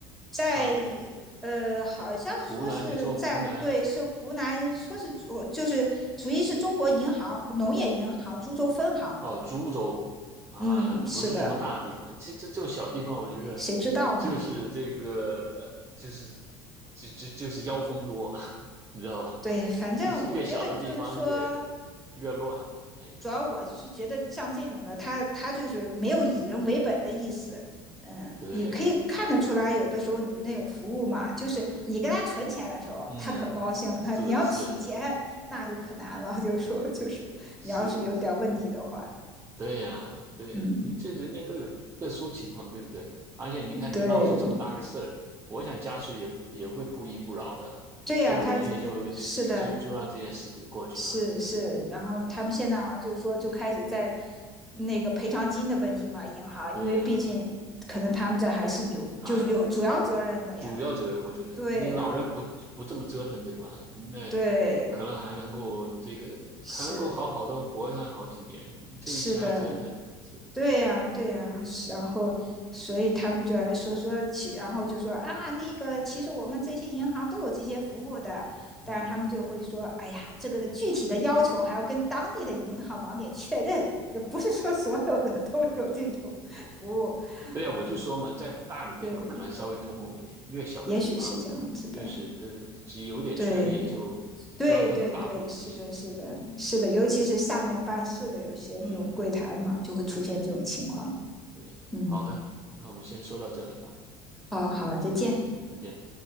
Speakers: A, in the centre; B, on the right.
A: 在
B: 发生？
A: 呃，好像说是在对，
B: 湖南，你说湖南
A: 是湖南，说是主就是属于是中国银行农业银行株洲分行。
B: 哦，株洲啊，
A: 嗯，是的，
B: 不是什么大地方，这这这种小地方，我觉得
A: 谁知道呢？
B: 就是这个呃，就是就就就是妖风多，<laughs> 你知道吧？
A: 对，反正我觉得就是说，
B: 就是越小的地方越越乱。哎呦，
A: 主要我是觉得像这种的，他他就是没有以人为本的意思。嗯，
B: 对，
A: 你可以看得出来，有的时候你那种服务嘛，就是你给他存钱的时候，
B: 嗯，
A: 他可高兴了；
B: 是的，
A: <laughs> 你要取钱，
B: 是
A: 那就可难了。就说就是，
B: 是，
A: 你要是有点问题的话，
B: 对呀，对呀，
A: 嗯，
B: 你这人家都有特殊情况，对不对？而且你看，
A: 对，
B: 你闹出这么大个事儿，我想家属也也会不依不饶的，
A: 对呀、
B: 这么容易就就就就就让这件事情过去了。
A: 啊他这是的，是是，然后他们现在好像就是说就开始在那个赔偿金的问题嘛，银行，
B: 对呀，
A: 因为毕竟可能他们这还是有就是有主要责任的呀，
B: 他主要责任，我觉得你老人不不这么折腾，
A: 对呀、
B: 对吧？那
A: 对，
B: 可能还能够这个还能够好好的活上好几年，
A: 是
B: 你这一瞎折腾是，
A: 是的，对呀，对呀，是然后，所以他们就来说说其，然后就说啊，那个其实我们这些银行都有这些服务的，但是他们就会说，
B: 嗯，
A: 哎呀，这个具体的要求还要跟当地的银行网点确认，就不是说所有的都有这种服务。
B: 哎呀。对啊，
A: 嗯，
B: 我就说嘛，在大的地方可能稍微通融一点，
A: 对，
B: 越小的地方越是的，
A: 也许是这样子的。
B: 只有点权利就专横跋扈的不行。
A: 对，对，对，对，是的，是的，是的，尤其是下面办事的有些那种柜台嘛，
B: 嗯，
A: 就会出现这种情况。
B: 对对，
A: 嗯，
B: 好的，那我们先说到这里吧，
A: 好好，再见。
B: 再见。